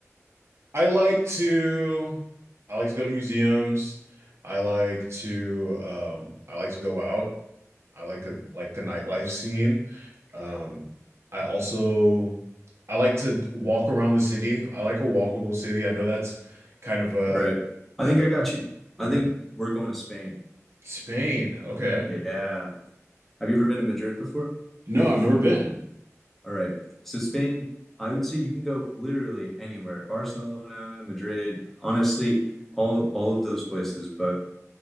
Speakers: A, on the right; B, in the centre.
A: I like to I like to go to museums. I like to um I like to go out. I like a, like the nightlife scene. Um I also I like to walk around the city. I like a walkable city. I know that's kind of a
B: All right. I
A: that's
B: think I got you.
A: for
B: I
A: your
B: think we're going to Spain.
A: Spain. Okay.
B: Yeah. Have you ever been to Madrid before?
A: No, I've never been.
B: All right. So, Spain, I would say you can go literally anywhere. Barcelona, Madrid, honestly, all all of those places, but